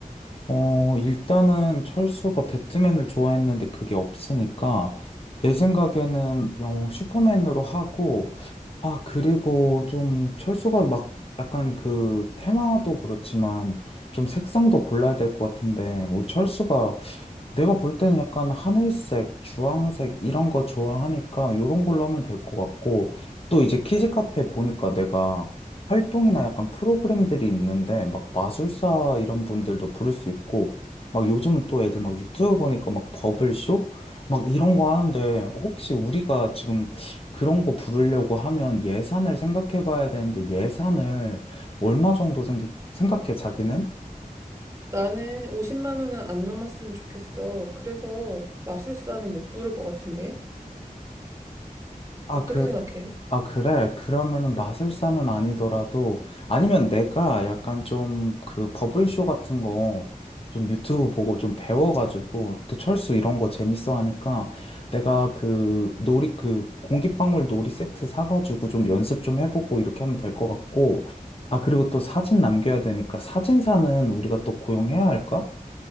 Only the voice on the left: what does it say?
어, 일단은 철수가 배트맨을 좋아했는데 그게 없으니까 내 생각에는 어, 슈퍼맨으로 하고 아, 그리고 좀 철수가 막 약간 그 테마도 그렇지만 좀 색상도 골라야 될 것 같은데 우리 철수가 내가 볼 때는 약간 하늘색, 주황색 이런 거 좋아하니까 요런 걸로 하면 될 것 같고 또 이제 키즈 카페 보니까 내가 활동이나 약간 프로그램들이 있는데 막 마술사 이런 분들도 부를 수 있고 막 요즘은 또 애들 막 유튜브 보니까 막 버블쇼 막 이런 거 하는데 혹시 우리가 지금 그런 거 부르려고 하면 예산을 생각해 봐야 되는데 예산을 얼마 정도 생기, 생각해 자기는?
아,
그,
아, 그래. 그러면은 마술사는 아니더라도, 아니면 내가 약간 좀 그 버블쇼 같은 거 좀 유튜브 보고 좀 배워가지고, 또 철수 이런 거 재밌어 하니까, 내가 그 놀이, 그 공기방울 놀이 세트 사가지고 좀 연습 좀 해보고 이렇게 하면 될 것 같고, 아, 그리고 또 사진 남겨야 되니까 사진사는 우리가 또 고용해야 할까?